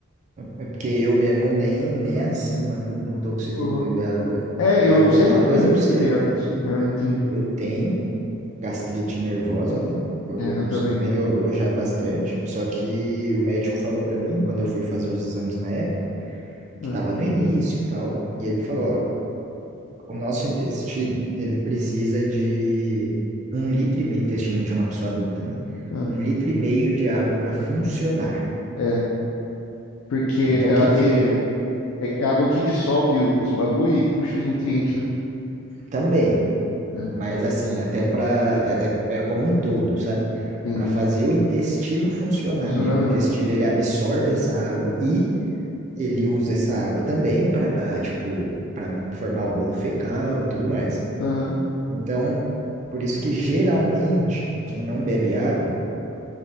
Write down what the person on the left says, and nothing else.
Ô, louco.
É, eu
sempre
fui
ruim
de
beber água, assim. É, Eu entendi.
É, eu
também.
Ah,
ah,
é, porque
é, é, é é água que dissolve os bagulho e puxa os nutrientes.
né?
É, entendi.
Funciona
mesmo.
Aham,